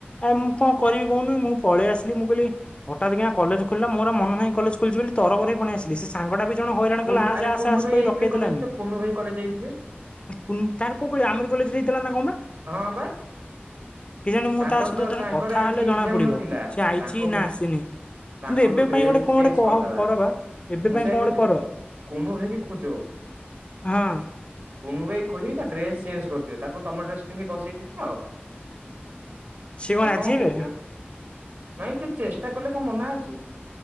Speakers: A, on the left; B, on the right.
A: ଆଉ ମୁଁ କଣ କରିବି କହୁନ ମୁଁ ପଳେଇ ଆସିଲି ମୁଁ କହିଲି ହଠାତ୍ କିନା କଲେଜ୍ ଖୋଲିଲା ମୋର ଆଉ ମନ ନାହିଁ କଲେଜ୍ ଖୋଲିଛି ବୋଲି ତର ବର ହେଇ ପଳେଇ ଆସି ହେଲେ ସେ ସାଙ୍ଗଟା ବି ଜଣେ ହଇରାଣ
B: କୁନୁ
A: କଲା ଆସେ
B: ଆରେ
A: ଆସେ
B: କୁନୁ
A: ଆସେ
B: ଭାଇ
A: କହି
B: ଯାଇଥିବେ
A: ରଖେଇଦେଲାନି।
B: କଲେଜ ତ କୁନୁ ଭାଇ କଲେଜ ଯାଇଥିବେ
A: କୁନ୍ ତାର କୋଉ କଲେଜ୍ ଆମରି କଲେଜରେ ହେଇଥିଲା ନାଁ କଣ ବା?
B: ହଁ ବା।
A: କେଜାଣି ମୁଁ
B: ତାଙ୍କର
A: ତା ସହିତ
B: ତ
A: ଯାହା
B: ତାଙ୍କର
A: କଥା
B: ଆଜି
A: ହେଲେ
B: ଏକ୍ଜାମ
A: ଜଣା ପଡିବ
B: ନଥିଲା
A: ସେ ଆଇଛି
B: ତାଙ୍କ
A: ନାଁ ଆସିନି।
B: ତାଙ୍କଠୁ
A: କିନ୍ତୁ ଏବେ
B: ଡ୍ରେସ
A: ପାଇଁ ଗୋଟେ କଣ
B: ଚେଞ୍ଜ
A: ଗୋଟେ
B: କରିଦବା
A: କହ କର ବା ଏବେ
B: ମୁଁ
A: ପାଇଁ
B: ସେଇଆ
A: କଣ
B: କହୁଛି
A: ଗୋଟେ କର।
B: କୁନୁ ଭାଇକି ଖୋଜ।
A: ହଁ।
B: କୁନୁ ଭାଇକି ଖୋଜି କି ତା ଡ୍ରେସ୍ ଚେଞ୍ଜ୍ କରିଦିଅ ତାକୁ ତମ ଡ୍ରେସ୍ ପିନ୍ଧେଇକିି ବସେଇ ଦେଇଥାଅ।
A: ସିଏ କଣ
B: ନାଁ
A: ରାଜି
B: କଁ
A: ହେବେ
B: କହୁଛ ନାଇଁ ତୁ ଚେଷ୍ଟା କଲେ କଣ ମନା ଅଛି।